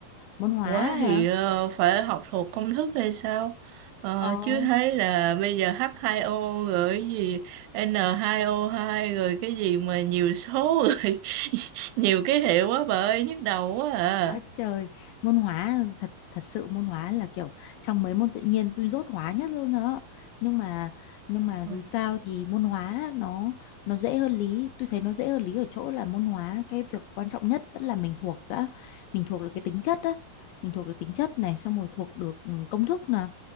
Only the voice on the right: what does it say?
Hóa
thì
ờ, phải học thuộc công thức hay sao? Ờ,
chứ thấy là bây giờ H2O rồi cái gì N2O2 rồi cái gì mà nhiều số rồi <laughs> nhiều ký hiệu quá bà ơi nhức đầu quá à.
Ôi.